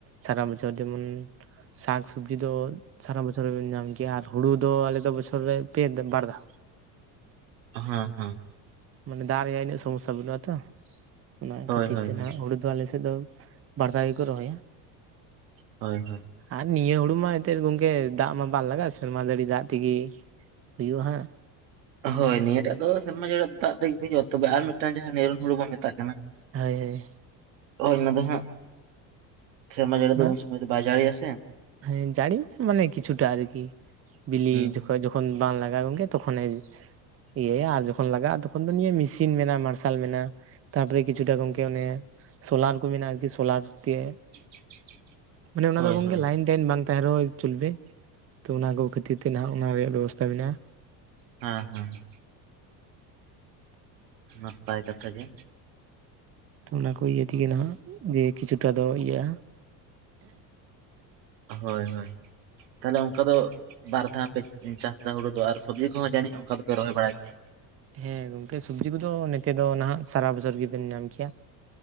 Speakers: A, on the right (about 30°); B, on the right (about 85°).
A: ᱥᱟᱨᱟ ᱵᱚᱪᱷᱚᱨ ᱡᱮ ᱢᱚᱱ ᱥᱟᱠ ᱥᱚᱵᱽᱡᱤ ᱫᱚ ᱥᱟᱨᱟ ᱵᱚᱪᱷᱚᱨ ᱮᱢ ᱧᱟᱢ ᱠᱮᱭᱟ ᱟᱨ ᱦᱩᱲᱩ ᱫᱚ ᱟᱞᱮ ᱵᱚᱪᱷᱚᱨ ᱨᱮ ᱯᱮ ᱵᱟᱨ ᱫᱷᱟᱣ
B: ᱦᱮᱸ ᱦᱮᱸ
A: ᱢᱟᱱᱮ ᱫᱟᱜ ᱨᱮᱭᱟᱜ ᱤᱱᱟᱹᱜ ᱥᱚᱢᱚᱥ ᱥᱟ ᱵᱟᱹᱱᱩᱜᱼᱟ ᱛᱚ ᱚᱱᱟ
B: ᱦᱳᱭ
A: ᱠᱷᱟᱹᱛᱤᱨ
B: ᱦᱳᱭ
A: ᱛᱮ
B: ᱦᱳᱭ
A: ᱱᱟᱜ ᱦᱩᱲᱩ ᱟᱫᱚ ᱟᱞᱮ ᱥᱮᱫ ᱫᱚ ᱵᱟᱨ ᱫᱷᱟᱣ ᱜᱮ ᱠᱚ ᱨᱚᱦᱚ ᱭᱟ
B: ᱦᱳᱭ ᱦᱳᱭ
A: ᱟᱨ ᱱᱤᱭᱟᱹ ᱦᱩᱲᱩ ᱢᱟ ᱮᱱ ᱛᱮᱫ ᱜᱚᱝᱠᱮ ᱫᱟᱜ ᱢᱟ ᱵᱟᱝ ᱞᱟᱜᱟᱜᱼᱟ ᱥᱮᱨᱢᱟ ᱡᱟᱹᱲᱤ ᱫᱟᱜ ᱛᱮ ᱜᱮ ᱦᱩᱭᱩᱜᱼᱟ ᱦᱟᱸᱜ
B: ᱦᱳᱭ ᱱᱤᱭᱟᱹ ᱴᱟᱜ ᱫᱚ ᱥᱮᱨᱢᱟ ᱡᱟᱹᱲᱤ ᱫᱟᱜ ᱛᱮ ᱜᱮ ᱦᱩᱭᱩᱜᱼᱟ ᱛᱚ ᱵᱮ ᱟᱨ ᱢᱤᱫ ᱴᱟᱝ ᱡᱟᱦᱟᱸ ᱱᱤᱨᱚᱱ ᱦᱩᱲᱩ ᱵᱚᱱ ᱢᱮᱛᱟᱜ ᱠᱟᱱᱟ ᱾
A: ᱦᱳᱭ ᱦᱳᱭ
B: ᱦᱳᱭ ᱚᱱᱟ ᱫᱚ ᱦᱟᱸᱜ ᱥᱮᱨᱢᱟ ᱡᱟᱹᱲᱤ
A: ᱚᱱᱟ
B: ᱫᱚ ᱩᱱ ᱥᱩᱢᱳᱭ ᱫᱚ ᱵᱟᱭ ᱡᱟᱲᱤ ᱭᱟᱼᱟ ᱥᱮ
A: ᱦᱮᱸ ᱡᱟᱹᱲᱤ ᱢᱟᱱᱮ ᱠᱤᱪᱷᱩ ᱴᱟ ᱟᱨᱠᱤ ᱵᱤᱞᱤ
B: ᱦᱩᱸ
A: ᱡᱚ
B: ᱦᱩᱸ
A: ᱠᱷᱚᱡ ᱡᱚᱠᱷ ᱛᱚ ᱠᱷᱚᱱ ᱵᱟᱝ ᱞᱟᱜᱟᱣ ᱜᱮ ᱛᱚ ᱠᱷᱚᱱᱮ ᱤᱭᱟᱹ ᱭᱟ ᱟᱨ ᱡᱚ ᱠᱷᱚᱱ ᱞᱟᱜᱟᱜᱼᱟ ᱛᱚ ᱠᱷᱚᱱ ᱫᱚ ᱱᱤᱭᱟᱹ ᱢᱤᱥᱤᱱ ᱢᱮᱱᱟᱜᱼᱟ ᱢᱟᱨᱥᱟᱞ ᱢᱮᱱᱟᱜᱼᱟ ᱛᱟᱨ ᱯᱚᱨᱮ ᱠᱤᱪᱷᱩ ᱴᱟ ᱜᱚᱝᱠᱮ ᱚᱱᱮ ᱥᱳᱞᱟᱨ ᱠᱚ ᱢᱮᱱᱟᱜᱼᱟ ᱟᱨᱠᱤ ᱥᱳᱞᱟᱨ ᱛᱮ
B: <inaudible>
A: ᱢᱟᱱᱮ ᱚᱱᱟ ᱫᱚ ᱜᱚᱝᱠᱮ
B: ᱦᱳᱭ
A: ᱞᱟᱭᱤᱱ ᱴᱟᱭᱤᱱ ᱵᱟᱝ ᱛᱟᱦᱮᱸᱱ ᱨᱮ ᱦᱚᱸ ᱪᱚᱞ ᱵᱮ ᱛᱚ ᱚᱱᱟ ᱠᱚ ᱠᱷᱟᱹᱛᱤᱨ ᱛᱮ ᱱᱟ ᱦᱟᱸᱜ ᱚᱱᱟ ᱨᱮᱭᱟᱜ ᱵᱮᱵᱚᱥᱛᱟ ᱢᱮᱱᱟᱜᱼᱟ᱾
B: ᱦᱮᱸ ᱦᱮᱸ᱾ ᱱᱟᱯᱟᱭ ᱠᱟᱛᱷᱟ ᱜᱮ᱾
A: ᱛᱚ ᱚᱱᱟᱠᱚ ᱤᱭᱟᱹ ᱛᱮᱜᱮ ᱱᱟᱦᱟᱜ ᱡᱮ ᱠᱤᱪᱷᱩᱴᱟ ᱫᱚ ᱤᱭᱟᱹᱜ-ᱟ᱾
B: ᱦᱳᱭ ᱦᱳᱭ᱾ ᱛᱟᱦᱞᱮ ᱚᱝᱠᱟ ᱫᱚ ᱵᱟᱨ ᱫᱷᱟᱣ ᱯᱮ ᱪᱟᱥ ᱮᱫᱟ ᱦᱩᱲᱩ ᱫᱚ ᱟᱨ ᱥᱚᱵᱽᱡᱤ ᱠᱚᱦᱚᱸ ᱡᱟᱹᱱᱤᱡ ᱚᱱᱠᱟ ᱫᱚᱯᱮ ᱨᱚᱦᱚᱭ ᱵᱟᱲᱟᱭ ᱜᱮᱭᱟ?
A: ᱦᱮᱸ ᱜᱚᱝᱠᱮ ᱥᱚᱵᱽᱡᱤ ᱠᱚᱫᱚ ᱱᱚᱛᱮ ᱫᱚ ᱱᱟᱦᱟᱸᱜ ᱥᱟᱨᱟ ᱵᱚᱪᱷᱚᱨ ᱜᱮᱵᱮᱱ ᱧᱟᱢ ᱠᱮᱭᱟ᱾